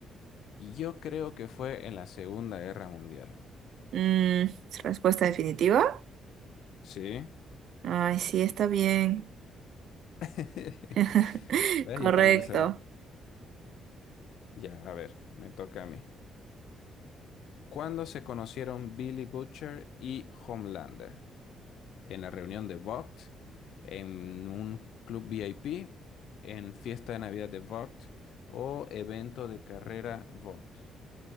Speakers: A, on the left; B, on the right.
A: Yo creo que fue en la Segunda Guerra Mundial.
B: Mm, respuesta definitiva.
A: Sí.
B: Ay, sí, está bien.
A: <laughs>
B: <laughs>
A: ¿Ves?
B: Correcto.
A: Yo también sé. Ya, a ver, me toca a mí. ¿Cuándo se conocieron Billy Butcher y Homelander? ¿En la reunión de VOGT? ¿En un club VIP? ¿En fiesta de Navidad de VOGT? ¿O evento de carrera VOGT?